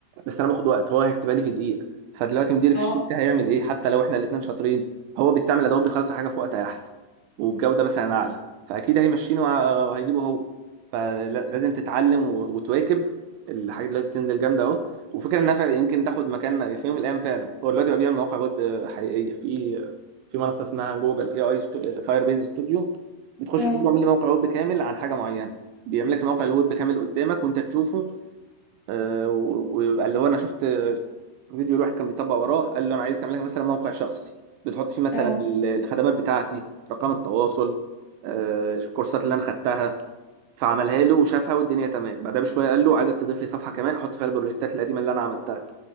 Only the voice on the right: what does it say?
بس انا باخد وقت هو هيكتبها لي في دقيقه فدلوقتي مديري في
الشركه هيعمل ايه حتى لو احنا الاثنين شاطرين هو بيستعمل ادوات بيخلص الحاجه في وقت احسن وبجوده مثلا اعلى فاكيد هيمشينه وه- وهيجيبه هو فلازم تتعلم و- وتواكب الحاجات دلوقتي بتنزل جامده اهو وفكره انها فعلا يمكن تاخد مكان في يوم من الايام فعلا هو دلوقتي بقى بيعمل مواقع ويب حقيقيه في في منصه اسمها جوجل اي اي فاير بيز ستوديو بتخش
تقول له اعمل لي موقع ويب كامل عن حاجه معينه بيعمل لك الموقع الويب كامل قدامك وانت تشوفه آه، و- ويبقى اللي هو انا شفت آه، فيديو الواحد كان بيطبق وراه قال له انا عايز تعمل لك مثلا موقع شخصي بتحط فيه مثلا
ال- الخدمات بتاعتي رقم التواصل آه، الكورسات اللي انا خدتها فعملها له وشافها والدنيا تمام بعدها بشويه قال له عايزك تضيف لي صفحه كمان احط فيها البروجكتات القديمه اللي انا عملتها